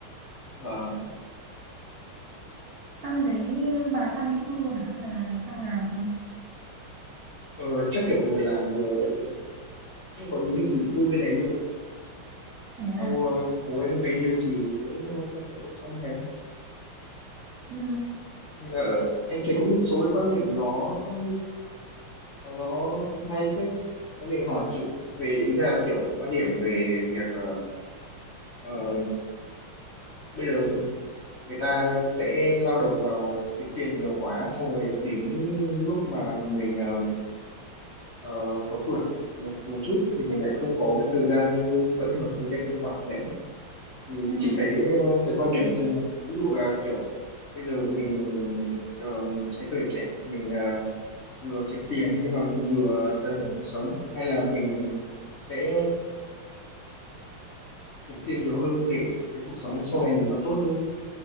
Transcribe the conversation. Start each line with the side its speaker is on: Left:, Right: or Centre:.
Left: và
Right: Sang bên đấy bà sang định cư luôn à? Hay là sang làm thôi?
Left: ờ, chắc kiểu vừa làm vừa cũng có ý định định cư bên đấy luôn
Right: Thế à?
Left: sau ờ, bố em về hưu thì cũng ờ, có sẽ đổi sang bên đấy
Right: Ừ.
Left: Ờ, em thấy có một số cái quan điểm nó nó nó cũng hay phết em định hỏi chị về ý là kiểu quan điểm về việc ờ, ờ, bây giờ người ta sẽ lao đầu vào kiếm tiền nhiều quá xong rồi đến lúc mà mình ờ, ờ, có tuổi một một chút thì mình lại không có cái thời gian tận hưởng những cái thành quả đấy thì
Right: Ừ.
Left: chị thấy ờ, cái quan điểm ở trên này ví dụ là kiểu bây giờ mình ờ, cái thời trẻ mình ờ, vừa kiếm tiền nhưng mà mình vừa tận hưởng cuộc sống hay là mình sẽ kiếm tiền nhiều hơn để cái cuộc sống sau này mình nó tốt hơn